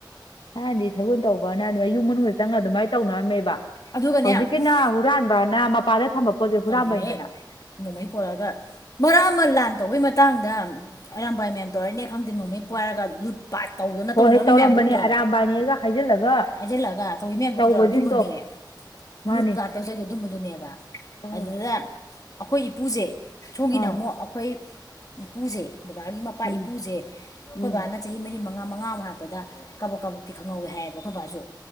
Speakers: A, on the left (about 90°); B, on the left (about 50°).
A: ꯊꯥꯏꯅꯗꯤ ꯁꯒꯨꯟ ꯇꯧꯕꯅ ꯑꯗꯨꯃꯥꯏ ꯌꯨꯝ ꯃꯅꯨꯡꯗ ꯆꯪꯉꯒ ꯑꯗꯨꯃꯥꯏꯅ ꯇꯧꯅꯔꯝꯃꯦꯕ꯫
B: ꯑꯗꯨꯒꯅꯦ
A: ꯍꯧꯖꯤꯛꯀꯤꯅ
B: ꯑꯦ
A: ꯍꯨꯔꯥꯟꯕꯅ ꯃꯄꯥꯟꯗ ꯊꯝꯕ ꯄꯣꯠꯁꯦ ꯍꯨꯔꯥꯟꯕꯅꯤꯗꯅ꯫
B: ꯇꯧꯅꯤꯅꯦꯍꯦ ꯅꯣꯡꯃꯩ ꯄꯣꯔꯛꯑꯒ ꯃꯔꯛ ꯑꯃ ꯂꯥꯟ ꯇꯧꯕꯩ ꯃꯇꯥꯡꯗ꯫ ꯑꯔꯥꯕꯥꯏ ꯃꯌꯥꯝ ꯇꯧꯔꯦꯅꯦ ꯈꯪꯗꯦ ꯅꯣꯡꯃꯩ ꯄꯥꯏꯔꯒ ꯂꯨꯠ ꯄꯥꯠ ꯇꯧꯗꯅ ꯇꯧꯅꯔꯝꯃꯤ
A: ꯍꯣꯏ ꯍꯣꯏ ꯇꯧꯔꯝꯕꯅꯦ
B: ꯃꯌꯥꯝꯗꯣ ꯎꯗ꯭ꯔꯣ
A: ꯑꯔꯥꯝꯕꯥꯏꯅꯦꯒ ꯍꯥꯏꯖꯤꯜꯂꯒ꯫
B: ꯍꯥꯏꯖꯤꯜꯂꯒ ꯇꯧꯔꯤ ꯃꯌꯥꯝꯗꯣ
A: ꯇꯧꯕꯁꯤꯡꯗꯣ
B: ꯎꯗ꯭ꯔꯣ ꯑꯗꯨꯝꯕꯅꯦ꯫
A: ꯃꯥꯅꯤ
B: ꯂꯨꯠ ꯄꯥꯠꯇꯧ ꯆꯩꯗ ꯑꯗꯨꯝꯕꯗꯨꯅꯦꯕ
A: ꯎꯝ
B: ꯑꯗꯨꯗꯨꯗ ꯑꯈꯣꯏ ꯏꯄꯨꯁꯦ ꯁꯣꯝꯒꯤꯅ
A: ꯑꯥ
B: ꯑꯃꯨꯛ ꯑꯈꯣꯏ ꯏꯄꯨꯁꯦ ꯕꯕꯥꯒꯤ ꯃꯄꯥ
A: ꯎꯝ
B: ꯏꯄꯨꯖꯦ ꯑꯩꯈꯣꯏ
A: ꯎꯝ
B: ꯕꯥꯅ ꯆꯍꯤ ꯃꯔꯤ ꯃꯉꯥ ꯃꯉꯥꯃꯨꯛ ꯍꯥꯏꯔꯛꯄꯗ ꯀꯕꯛ ꯀꯕꯛꯇꯤ ꯈꯪꯍꯧꯋꯦ ꯍꯥꯏꯌꯦꯕ ꯑꯈꯣꯏ ꯕꯥꯖꯨ꯫